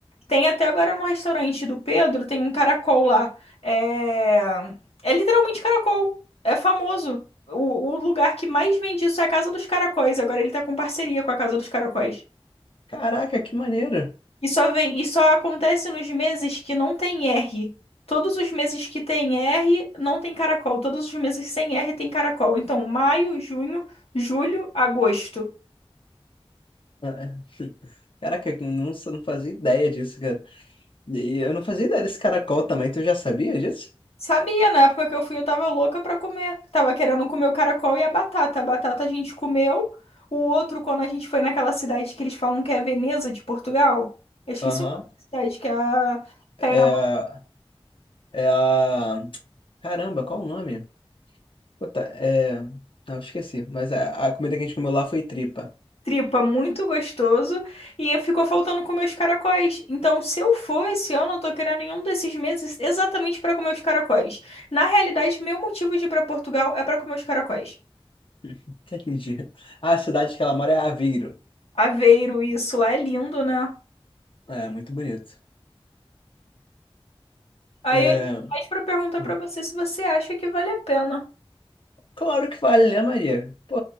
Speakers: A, on the left (about 80°); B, on the left (about 60°).
A: Tem até agora no restaurante do Pedro, tem um caracol lá. É, é literalmente caracol. É famoso. O, o lugar que mais vende isso é a Casa dos Caracóis. Agora ele tá com parceria com a Casa dos Caracóis.
B: Caraca, que maneiro!
A: E só vem, e só acontece nos meses que não tem R. Todos os meses que tem R não tem caracol. Todos os meses sem R tem caracol. Então, maio, junho, julho, agosto.
B: Ah, É. <laughs> Caraca, eu não, eu não fazia ideia disso, cara. E eu não fazia ideia desse caracol também, tu já sabia disso?
A: Sabia, na época que eu fui, eu tava louca pra comer. Tava querendo comer o caracol e a batata. A batata a gente comeu. O outro, quando a gente foi naquela cidade que eles falam que é Veneza de Portugal. Eu esqueci
B: Aham.
A: o nome da cidade, que é a... tá aí
B: É, é a. Caramba, qual o nome? Puta, é. Não, esqueci. Mas a, a comida que a gente comeu lá foi tripa.
A: tripa muito gostoso e ficou faltando comer os caracóis. Então, se eu for esse ano, eu tô querendo nenhum desses meses exatamente para comer os caracóis. Na realidade, meu motivo de ir para Portugal é para comer os caracóis.
B: <laughs> Entendi. A cidade que ela mora é Aveiro.
A: Aveiro, isso lá é lindo, né?
B: É, muito bonito.
A: Aí
B: É.
A: eu liguei mais para perguntar
B: hum.
A: para você se você acha que vale a pena.
B: Claro que vale, né, Maria? Pô,